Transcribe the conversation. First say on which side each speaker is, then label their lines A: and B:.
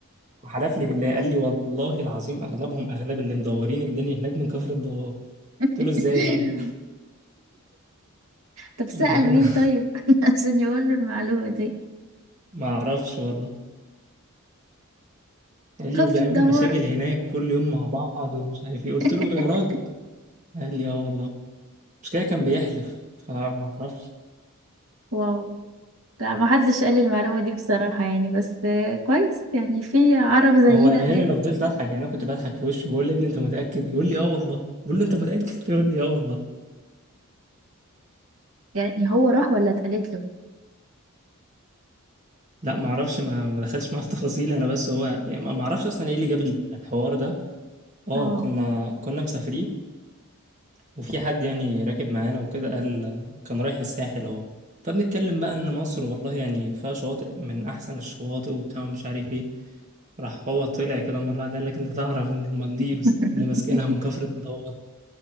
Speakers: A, on the right (about 35°); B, on the right (about 75°).
A: وحلف لي بالله قال لي والله العظيم اغلبهم اغلب اللي مدورين الدنيا هناك من كفر الدوار
B: <laughs>
A: قلت له ازاي طيب
B: طب سأل
A: <laughs> بامانه
B: مين طيب <laughs> عشان يقول له المعلومة دي
A: ما اعرفش والله قال
B: كفر
A: لي وبيعملوا
B: الدوار
A: مشاكل هناك كل يوم مع بعض ومش عارف ايه
B: <laughs>
A: قلت له يا راجل قال لي اه والله مش كده كان بيحلف فما اعرفش
B: واو لا ما حدش قال لي المعلومة دي بصراحة يعني بس آه، كويس يعني في عرب زينا
A: هو قالها
B: هناك
A: لي انا فضلت اضحك يعني انا كنت بضحك في وشه بقول له يا ابني انت متاكد يقول لي اه والله بقول له انت متاكد <laughs> يقول لي اه والله
B: يعني هو راح ولا اتقالت له
A: لا ما اعرفش ما ما دخلتش معاه في تفاصيل انا بس هو يعني ما ما اعرفش اصلا ايه اللي جاب الحوار ده اه
B: اه
A: كنا كنا مسافرين وفي حد يعني راكب معانا وكده قال كان رايح الساحل اهو فبنتكلم بقى ان مصر والله يعني فيها شواطئ من احسن الشواطئ وبتاع ومش عارف ايه راح هو طلع كده مره واحده قال لك انت تعرف ان المالديفز
B: <laughs>
A: اللي ماسكينها من كفر الدوار